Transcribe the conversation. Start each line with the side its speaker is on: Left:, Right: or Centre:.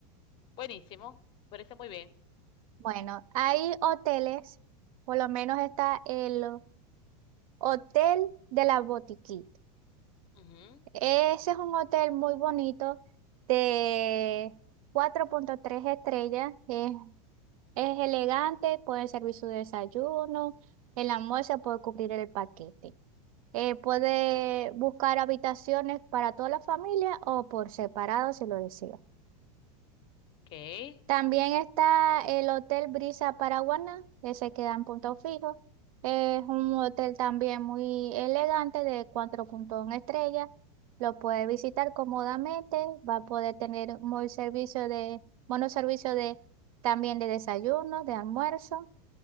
Left: Buenísimo. Parece muy bien.
Right: Bueno, hay hoteles, por lo menos está el Hotel de la Botiquita.
Left: Ujú.
Right: Ese es un hotel muy bonito de 4.3 estrellas. Es Es elegante, puede servir su desayuno, el almuerzo puede cubrir el paquete. Eh, puede buscar habitaciones para toda la familia o por separado si lo desea.
Left: Ok.
Right: También está el Hotel Brisa Paraguaná, ese queda en punto fijo. Es un hotel también muy elegante de 4.1 estrellas. Lo puede visitar cómodamente, va a poder tener muy servicio de, buenos servicios de, también de desayuno, de almuerzo